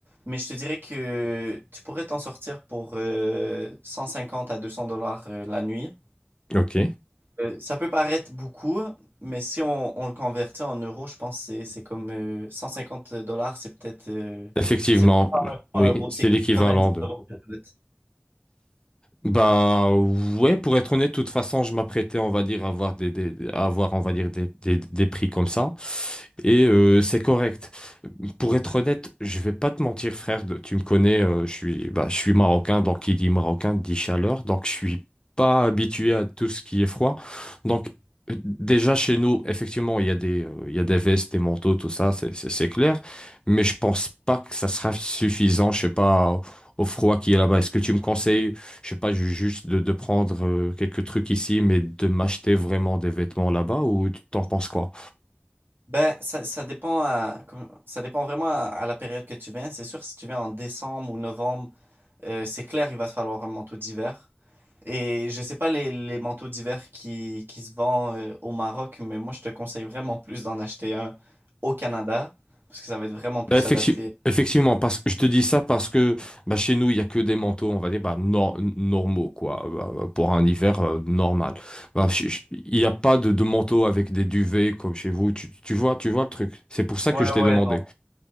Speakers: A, on the right; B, on the left.
A: mais je te dirais que tu pourrais t'en sortir pour euh, 150 à 200 dollars euh, la nuit.
B: Ok.
A: Euh, ça peut paraître beaucoup, mais si on, on le convertit en euros, je pense que c'est c'est comme euh, 150 dollars, c'est peut-être... euh,
B: Effectivement,
A: c'est pas
B: oui,
A: en euros,
B: c'est
A: c'est 90
B: l'équivalent de...
A: euros peut-être.
B: Bah ouais, pour être honnête, de toute façon, je m'apprêtais, on va dire, à avoir des, des- à avoir, on va dire, des, des, des prix comme ça. Et euh, c'est correct. Pour être honnête, je vais pas te mentir, frère. de- Tu me connais, euh, je suis, bah, je suis marocain, donc qui dit marocain dit chaleur, donc je suis pas habitué à tout ce qui est froid. Donc euh, déjà chez nous, effectivement, il y a des, euh, il y a des vestes, des manteaux, tout ça, c'est c'est- c'est clair. Mais je pense pas que ça sera suffisant, je sais pas, au froid qui est là-bas. Est-ce que tu me conseilles? Je sais pas, ju- juste de, de prendre euh, quelques trucs ici, mais de m'acheter vraiment des vêtements là-bas ou tu t'en penses quoi?
A: Ben, ça, ça dépend à- comme- ça dépend vraiment à, à la période que tu viens. C'est sûr, si tu viens en décembre ou novembre, euh, c'est clair, il va te falloir un manteau d'hiver. Et je sais pas les, les manteaux d'hiver qui, qui se vendent euh, au Maroc, mais moi, je te conseille vraiment plus d'en acheter un au Canada, parce que ça va être vraiment plus
B: Bah, effectu-
A: adapté.
B: effectivement, parce que je te dis ça parce que bah, chez nous, il y a que des manteaux, on va dire, bah, nor- normaux, quoi, euh, bah, bah, pour un hiver euh, normal. Bah, je- je- il n'y a pas de, de manteau avec des duvets comme chez vous. Tu, tu vois, tu vois le truc. C'est pour ça
A: Ouais,
B: que je t'ai
A: ouais,
B: demandé.
A: non.